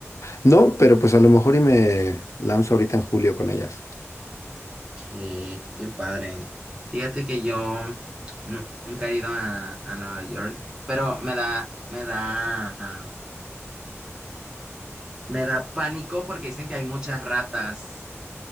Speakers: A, on the left; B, on the right.
A: No, pero pues a lo mejor y me lanzo ahorita en julio con ellas.
B: Qué, qué padre. Fíjate que yo nu- nunca he ido a, a Nueva York, pero me da, me da, me da pánico porque dicen que hay muchas ratas